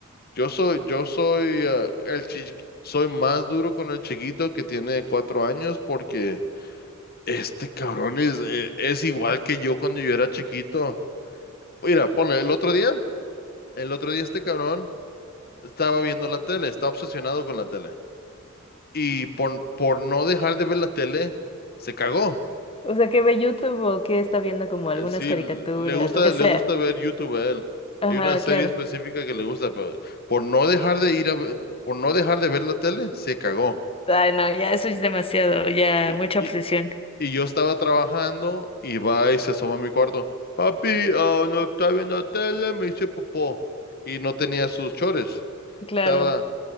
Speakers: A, on the left; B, on the left.
A: yo soy, yo soy, ah, el chi- soy más duro con el chiquito que tiene cuatro años, porque... Este cabrón es, eh, es igual que yo cuando yo era chiquito. Mira, ponle, el otro día, el otro día este cabrón estaba viendo la tele, está obsesionado con la tele. Y por, por no dejar de ver la tele, se cagó.
B: O sea, que ve YouTube o que está viendo como algunas
A: Eh, Sí,
B: caricaturas,
A: le gusta,
B: lo que sea.
A: le gusta ver YouTube a él.
B: Ajá,
A: Hay una serie
B: claro.
A: específica que le gusta, pero por no dejar de ir a, ve- por no dejar de ver la tele, se cagó.
B: Ay, no, ya eso es demasiado, ya
A: Y,
B: mucha
A: y,
B: obsesión.
A: Y yo estaba trabajando y va y se asoma a mi cuarto. Papi, ah, no está viendo la tele, me hice popó. Y no tenía sus chores.
B: Claro.
A: Estaba